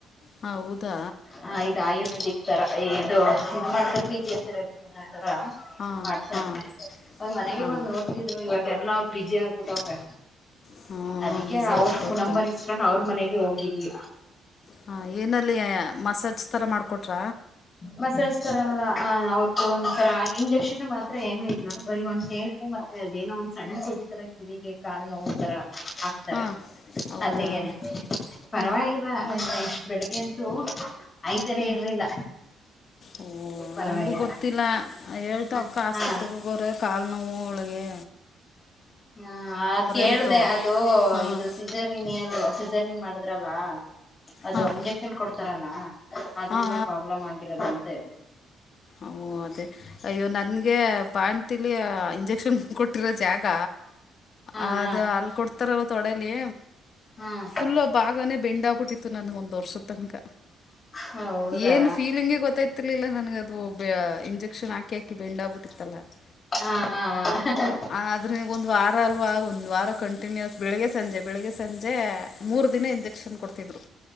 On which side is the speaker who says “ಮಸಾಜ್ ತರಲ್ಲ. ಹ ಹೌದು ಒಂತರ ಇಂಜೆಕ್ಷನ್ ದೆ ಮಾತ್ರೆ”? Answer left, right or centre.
Left